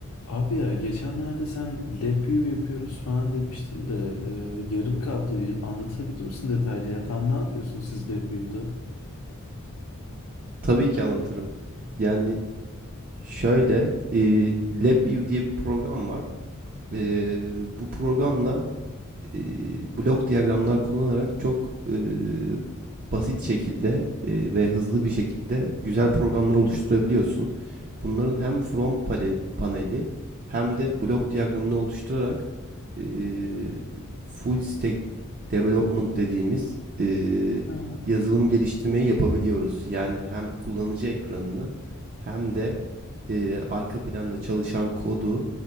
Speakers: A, on the left; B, on the right.
A: Abi ya geçenlerde sen lab view yapıyoruz falan demiştin de e, yarım kaldı. Bir anlatabilir misin detaylı ya? Tam ne yapıyorsunuz siz lab view'da?
B: Tabii ki anlatırım. Yani şöyle, eee LabVIEW diye bir program var. Eee, bu programla eee blok diyagramlar kullanarak çok eee, basit şekilde eee, ve hızlı bir şekilde güzel programlar oluşturabiliyorsun. Bunların hem front panel, paneli hem de blok diyagramını oluşturarak eee, full stack development dediğimiz eee,
A: Ha.
B: yazılım geliştirmeyi yapabiliyoruz. Yani hem kullanıcı ekranını hem de eee, arka planda çalışan kodu